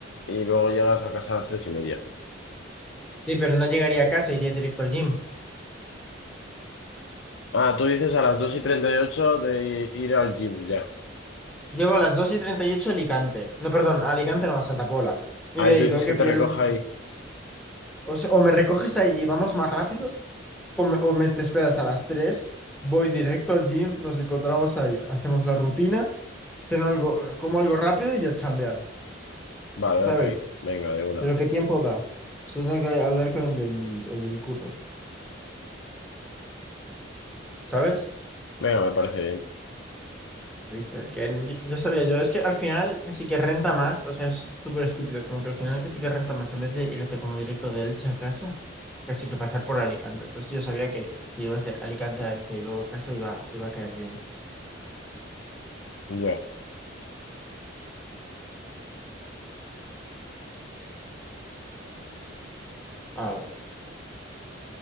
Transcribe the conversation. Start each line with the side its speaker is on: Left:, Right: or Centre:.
Left: y luego llegas a casa a las tres y media.
Centre: Sí, pero no llegaría a casa, iría directo al gym.
Left: Ah, tú dices a las 2 y 38 de ir al gym, ya.
Centre: Llego a las 2 y 38 a Alicante. No, perdón, a Alicante no, a Santa Pola. Y
Left: Ahí
Centre: de ahí
Left: tú dices
Centre: tengo que
Left: que te
Centre: pillar
Left: recoja
Centre: el bus.
Left: ahí.
Centre: de- O sea, o me recoges ahí y vamos más rápidos, o me, o me te esperas a las tres voy directo al gym, nos encontramos ahí, hacemos la rutina, ceno algo, como algo rápido y ya chambear,
Left: Vale,
Centre: ¿sabes?
Left: ok. Venga, de una.
Centre: Pero ¿qué tiempo da? Yo tengo que hablar con el del, el del curro, ¿Sabes?
Left: Venga, me parece bien.
Centre: Viste, que n- ya sabía yo, es que al final casi que renta más, o sea, es súper estúpido, como que al final casi que renta más, en vez de irte como directo de Elche a casa, casi que pasar por Alicante. Entonces yo sabía que si ibas de Alicante a Elche y luego a casa iba, iba a caer bien.
Left: Ya.
Centre: A ver,